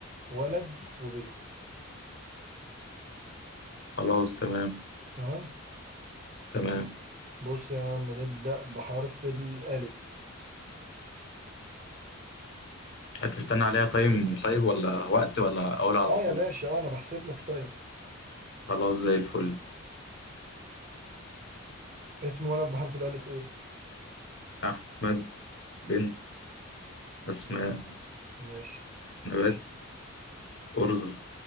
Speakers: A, on the right; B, on the left.
A: وولد وبنت
B: خلاص تمام
A: تمام
B: تمام
A: بص يا عم نبدأ بحرف الألف
B: هتستنى عليها تايم طيب ولا وقت ولا أقول على
A: اه
B: طول
A: يا باشا اه انا بحسب لك طيب
B: خلاص زي الفل
A: اسم ولد بحرف الألف ايه
B: أحمد بنت أسماء
A: ماشي
B: نبات أرز